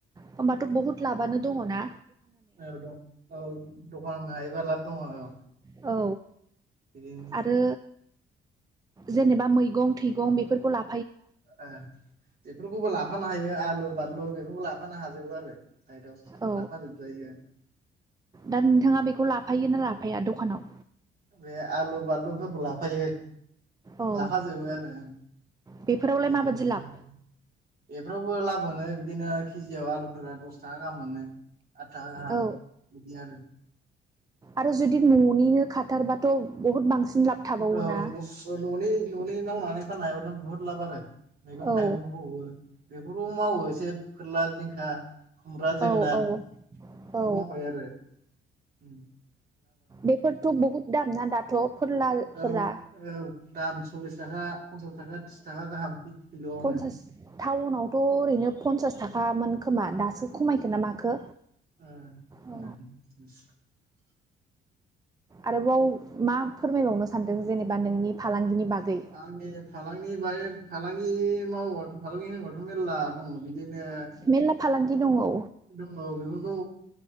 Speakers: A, on the right; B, on the right.
A: होमबाथ' बहुत लाबानो दङ ना?
B: औ दं औ दखान होनो हायोबा लाब दङ औ।
A: औ
B: बिदिनो
A: आरो जेनेबा मैगं थैगं बेफोरखौ ला
B: अ बेफोरखौबो लाफानो हायो आलु बानलु बेफोरखौ लाफानो हाजोबो आरो साइदआव
A: औ
B: लाफाजोबजायो
A: दा नोंथाङा बेखौ लाफायो ना लाफाया दखानाव?
B: बे आलु बानलुफोरखौ लाफायो।
A: औ
B: लाफाजोबो आरो ओं
A: बेफोरावलाय
B: एदम
A: माबादि लाब
B: बेफ्रावबो लाब मोनो बिदिनो केजियाव आलुफोरा दस थाखा गाहाम मोनो। आदथाखा गाम
A: औ
B: बिदि आरो
A: आरो जुदि न'निनो खाथारबाथ' बहुत बांसिन लाब थाबावोना
B: औ न' अ न'नि न'नि मावनानै फाननो हायोबाथ बुहुत लाब आरो मैगं
A: औ
B: थाइगंखौबो बे खर' मावो एसे फोरला जिंखा खुमब्रा जोगोनार
A: औ औ
B: बेबो
A: औ
B: मावफायो आरो ओम
A: बेफोरथ' बहुद दाम ना दाथ'? फोरलाफोरा
B: औ औ दाम सल्लिस थाखा पन्सास थाखा त्रिस थाखा गाहाम किल'आवनो।
A: सोस टाउनावथ' ओरैनो फन्सास थाखामोन खोमा दासो
B: उम
A: खमायखो ना माखो
B: उम उम
A: औ
B: ओ
A: आरोबाव मा फोरमायबावनो सानदों जेनेबा नोंनि फालांगिनि। बागै
B: आंनि फालांगि बाय फालांगि मावब' फालांगि होनोबाथ' मेर्ला दङ बिदि। दिनो
A: मेरला फालांगि दङ औ
B: दङ बेफोरखौ